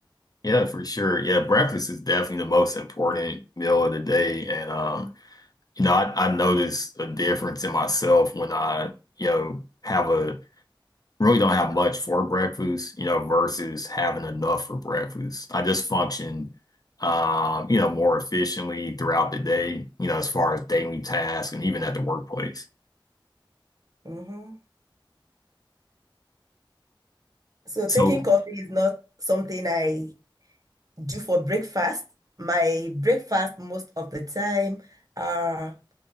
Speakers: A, on the left; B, on the right.
A: Yeah, for sure. Yeah, breakfast is definitely the most important meal of the day. And um, you know, I, I notice a difference in myself when I, you know, have a really don't have much for breakfast, you know, versus having enough for breakfast. I just function, um, you know, more efficiently throughout the day, you know, as far as daily tasks and even at the workplace.
B: Mhm. So
A: So,
B: taking coffee is not something I do for breakfast. My breakfast most of the time are